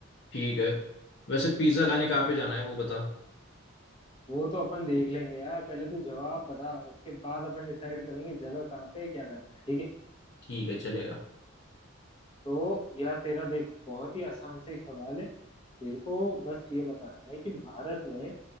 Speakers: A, on the left; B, on the left.
A: ठीक है वैसे पिज्जा खाने कहाँ पे जाना है वो बता
B: वो तो अपन देख लेंगे यार पहले तू जवाब बता उसके बाद अपन डिसाइड करेंगे जगह कहाँ पे है क्या करना है ठीक है
A: ठीक है चलेगा
B: तो यह तेरा देख बहुत ही आसान सा ही सवाल है तेरे को बस ये बताना है कि भारत में